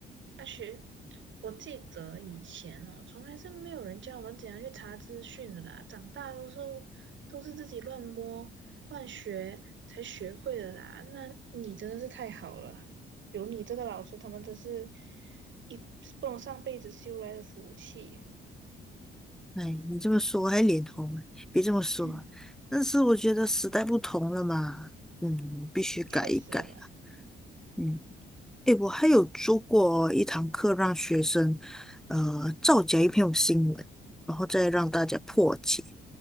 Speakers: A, on the right; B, in the centre.
A: 啊学，我记得以前哦，从来是没有人教我们怎样去查资讯的啦，长大都是都是自己乱摸乱学才学会的啦，那你真的是太好了，有你这个老师，他们真是一不能上辈子修来的福气耶
B: 哎，你这么说我还脸红啊，别这么说。
A: 哼，
B: 但是我觉得时代不同了嘛，嗯，必须改一改了。
A: 确实啦。
B: 嗯，哎，我还有做过一堂课，让学生呃造假一篇新闻，然后再让大家破解，